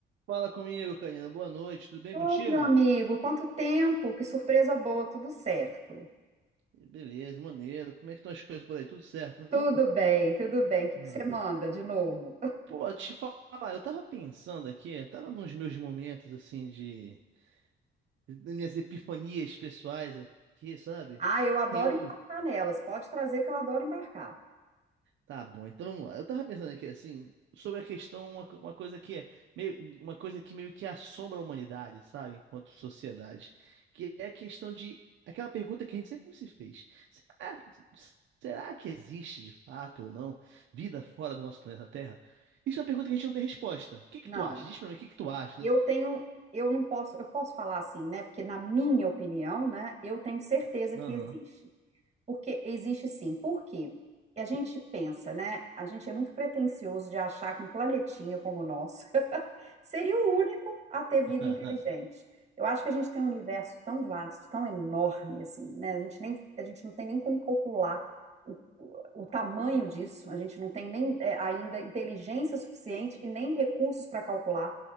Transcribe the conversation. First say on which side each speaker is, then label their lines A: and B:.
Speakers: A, on the right; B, on the right.
A: Fala comigo, Karina. Boa noite. Tudo bem
B: Ô,
A: contigo?
B: meu amigo, quanto tempo! Que surpresa boa, tudo certo.
A: Beleza, maneiro. Como é que estão as coisas por aí? Tudo certo, né?
B: Tudo bem, tudo bem. O que
A: Ah,
B: que você manda de novo?
A: pô, te falar, eu tava pensando aqui, tava nos meus momentos assim de, das minhas epifanias pessoais aqui, sabe?
B: Ah, eu adoro
A: Eu
B: embarcar nelas. Pode trazer que eu adoro embarcar.
A: Tá bom, então vamos lá. Eu tava pensando aqui assim, sobre a questão, uma, co- uma coisa que é meio, uma coisa que meio que assombra a humanidade, sabe, enquanto sociedade, que é a questão de aquela pergunta que a gente sempre se fez. Será, será que existe de fato ou não vida fora do nosso planeta Terra? Isso é uma pergunta que a gente não tem resposta. O que que
B: Não,
A: tu acha? Diz pra mim, o que que tu acha?
B: eu tenho, eu não posso, eu posso falar assim, né? Porque na minha opinião, né, eu tenho certeza
A: Aham.
B: que existe. Porque existe sim. Por quê? E a gente pensa, né? A gente é muito pretensioso de achar que um planetinha como o nosso <laughs> seria o único a ter vida
A: <laughs>
B: inteligente. Eu acho que a gente tem um universo tão vasto, tão enorme assim, né? A gente nem, a gente não tem nem como calcular o, o, o tamanho disso. A gente não tem nem é, ainda inteligência suficiente e nem recursos para calcular.